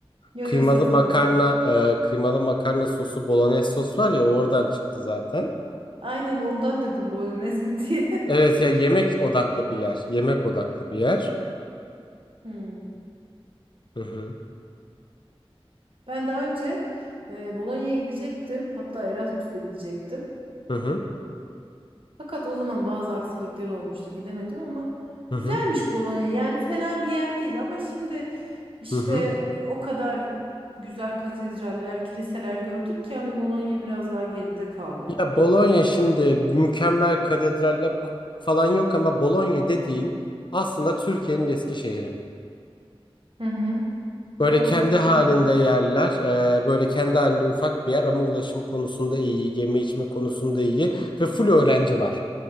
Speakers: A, on the right (about 65°); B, on the left (about 50°).
A: Yo
B: kıymalı
A: yo sen söyle.
B: makarna, e, kıymalı makarna sosu, bolognese sos var ya oradan çıktı zaten.
A: Aynen ondan dedim Bolognese <laughs> diye.
B: Evet ya yemek odaklı bir yer. Yemek odaklı bir yer.
A: Hmm.
B: Hı hı.
A: Ben daha önce e, Bologna'ya gidecektim. Hatta Erasmus'la gidecektim.
B: Hı hı.
A: Fakat o zaman bazı aksilikler olmuştu. Gidemedim ama
B: Hı
A: güzelmiş
B: hı.
A: Bolonya. Yani fena bir yer değil ama şimdi işte
B: Hı hı.
A: o kadar güzel katedraller, kiliseler gördük ki hani Bolonya biraz daha geride kaldı.
B: Ya Bologna şimdi mükemmel katedraller falan yok ama Bologna dediğin aslında Türkiye'nin Eskişehir'i.
A: Hı hı.
B: Böyle
A: Doğru
B: kendi halinde
A: olabilir.
B: yerler, e, böyle kendi halinde ufak bir yer ama ulaşım konusunda iyi, yeme içme konusunda iyi ve full öğrenci var.